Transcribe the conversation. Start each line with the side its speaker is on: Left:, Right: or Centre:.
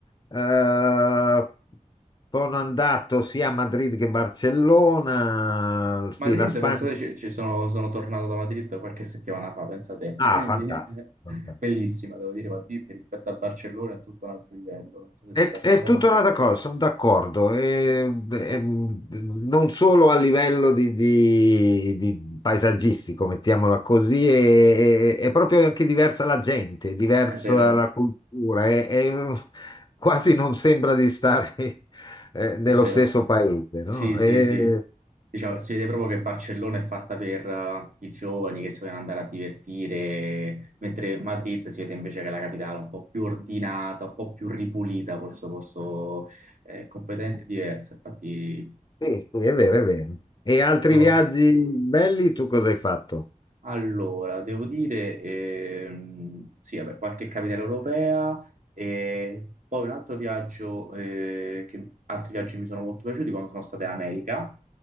Left: Eh, sono andato sia a Madrid che a Barcellona. Sì,
Right: Madrid,
Left: la Spagna.
Right: pensate, ci, ci sono, sono tornato da Madrid qualche settimana fa, pensate.
Left: Ah,
Right: <laughs> Quindi,
Left: fantastico,
Right: eh,
Left: fantastico.
Right: bellissima, devo dire, Madrid rispetto a Barcellona è tutto un altro livello. Non so se
Left: È,
Right: siete d'accordo.
Left: è tutta un'altra cosa, sono d'accordo. E- e- non solo a livello di, di- di paesaggistico, mettiamola così, è, è- è proprio anche diversa la gente, è diversa
Right: È vero,
Left: la cultura, è- è- quasi non sembra di stare <laughs> eh, nello
Right: è vero.
Left: stesso paese, no?
Right: Sì, sì,
Left: E-
Right: sì. Diciamo, si vede proprio che Barcellona è fatta per eh, i giovani che si vogliono andare a divertire, mentre Madrid si vede invece che è la capitale un po' più ordinata, un po' più ripulita, col suo posto eh, completamente diverso. Infatti,
Left: sì, sì, è vero, è vero. E altri
Right: so
Left: viaggi belli, tu cosa hai fatto?
Right: Allora, devo dire, ehm, sì, vabbè, qualche capitale europea e poi un altro viaggio, eh, che, altri viaggi mi sono molto piaciuti quando sono stato in America,